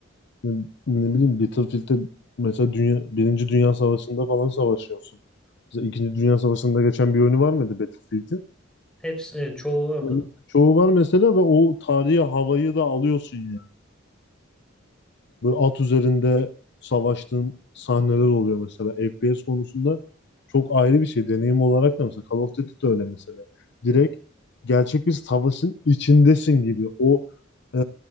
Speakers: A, on the left; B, in the centre.
A: Ne, ne bileyim Battlefield'de mesela dünya, Birinci Dünya Savaşı'nda falan savaşıyorsun. Mesela İkinci Dünya Savaşı'nda geçen bir oyunu var mıydı Battlefield'in?
B: Hepsi, evet, çoğu orada.
A: Yani çoğu var mesela ve o tarihi havayı da alıyorsun yani. Böyle at üzerinde savaştığın sahneler oluyor mesela. FPS konusunda çok ayrı bir şey. Deneyim olarak da mesela Call of Duty de öyle mesela. Direkt gerçek bir savaşın içindesin gibi. O e,